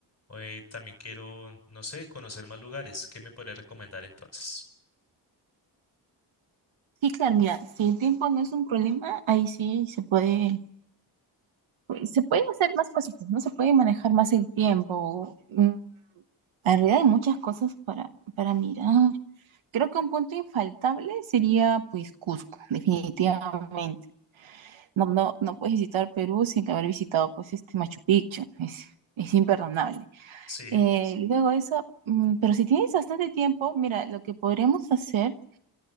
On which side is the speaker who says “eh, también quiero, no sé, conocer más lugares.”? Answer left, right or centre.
Left